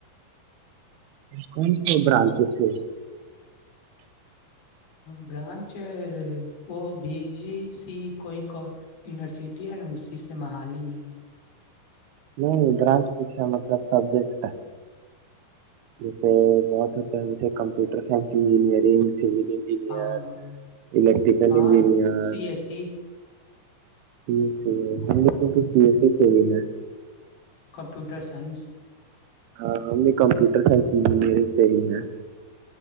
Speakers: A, on the right; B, on the left.
A: کون سی برانچ سے
B: برانچ ہے وہ بی جی سی کوئی یونیورسٹی ہے نا اسی سے محالی میں
A: نہیں برانچ پوچھا مطلب سبجیکٹ ہے جیسے بہت ہوتا ہے جیسے computer science engineering civil engineer
B: ہاں ہاں
A: الیکٹریکل
B: ہاں
A: engineer
B: C S C
A: C S C ہے ہم لوگ بی سی ایس سی سے ہی ہے
B: کمپیوٹر سائنس
A: ہاں ہم بھی کمپیوٹر سائس انجینئرنگ سے ہی ہیں